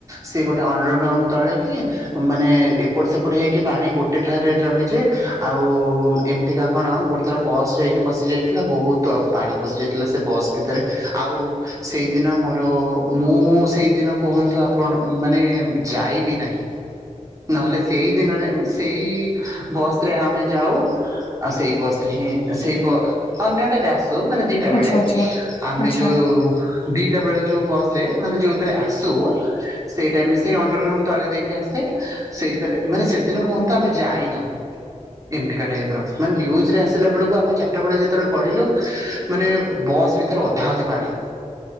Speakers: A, on the right; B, on the left.
A: ସିଏ ଗୋଟେ ଅଣ୍ଡର ଗ୍ରାଉଣ୍ଡ ତଳେ କି ମାନେ ଏପଟ ସେପଟ ହେଇକି ପାଣି ଗୋଟେ ଠାରେ ଜମି ଯେ ଆଉ ଏମିତିକା କଣ ଗୋଟେ ଥର ବସ୍ ଯାଇକି ପଶି ଯାଇଥିଲା ବହୁତ ପାଣି ପଶି ଯାଇଥିଲା ସେ ବସ୍ ଭିତରେ ଆଉ ସେଇଦିନ ମୋର ମୁଁ ସେଇଦିନ କୁହନ୍ତୁ ଆପଣ ମାନେ ଯାଇବି ନାହିଁ ନହେଲେ ସେଇ ଦିନରେ ସେଇ ବସ ରେ ଆମେ ଯାଉ ଆଉ ସେଇ ବସରେ ହିଁ ସେଇ ଅନ୍ୟ ଟା ରେ ଆସୁ ମାନେ ଦଟା
B: ଆଚ୍ଛା
A: ବେଳେ
B: ଆଚ୍ଛା
A: ଆମେ
B: ଆଚ୍ଛା
A: ଯୋଉ ଦିଟା ବେଳେ ଯୋଉ ବସ ରେ ମାନେ ଯୋଉଥିରେ ଆସୁ ସେଇ ଟାଇମରେ ସେଇ ଅଣ୍ଡରଗ୍ରାଉଣ୍ଡ ତଳେ ଦେଇକି ଆସେ ସେଇଥିରେ ମାନେ ସେଦିନ କୁହନ୍ତୁ ଆମେ ଯାଇନାହୁଁ ଏମତିକା ଟାଇପ ର ମାନେ ନ୍ୟୁଜରେ ଆସିଲା ବେଳକୁ ଆମେ ଚାରିଟା ବେଳେ ଯେତେବେଳେ ପଢିଲୁ ମାନେ ବସ୍ ଭିତରେ ଅଧା ଅଧି ପାଣି